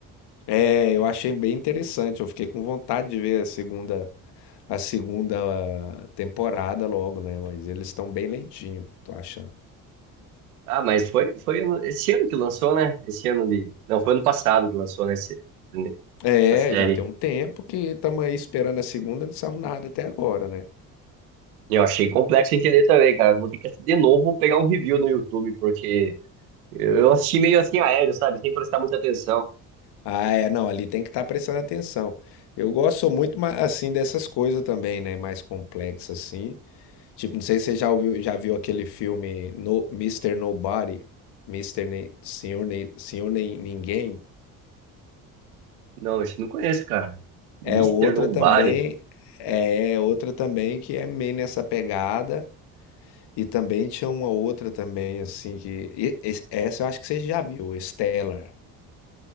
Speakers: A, on the left; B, on the right.
A: É, eu achei bem interessante, eu fiquei com vontade de ver a segunda, a segunda ah, temporada logo, né? Mas eles estão bem lentinho, tô achando.
B: Ah, mas foi, foi ano- esse ano que lançou, né? Esse ano de. Não, foi ano passado que lançou, né? esse-
A: É,
B: essa série.
A: já tem um tempo que estamos aí esperando a segunda, não saiu nada até agora, né?
B: E Eu achei complexo entender também, cara. Vou ter que assistir de novo, pegar um review no YouTube, porque eu assisti meio assim aéreo, sabe? Sem prestar muita atenção.
A: Ah, é, não, ali tem que estar prestando atenção. Eu gosto muito, ma- assim, dessas coisas também, né? Mais complexas, assim. Tipo, não sei se você já ouviu, já viu aquele filme no, Mister Nobody, Mister Nem, Senhor, Nem, Senhor Nem Ninguém.
B: Não, isso eu não conheço, cara. Mister
A: É outra
B: Nobody.
A: também, é é outra também que é meio nessa pegada. E também tinha uma outra também, assim, que. e- es- essa eu acho que você já viu, Stellar.